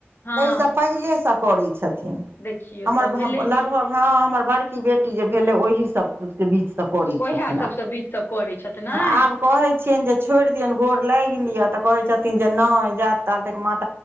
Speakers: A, on the left; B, on the right.
A: हँ
B: ताहिसँ पहिलेसँ करैत छथिन
A: देखियौ
B: हमर
A: तऽ भेलै
B: लगभग
A: की
B: हँ हमर बड़की बेटी जे भेलै ओहि के बीजसँ करै
A: ओएह
B: छथिन
A: सभसँ
B: आर
A: बीच सब करैत छथि ने
B: आब कहै छियनि जे छोड़ि दियनि गोर लागि लियअ तऽ कहै छथिन जे नहि जात काल त मात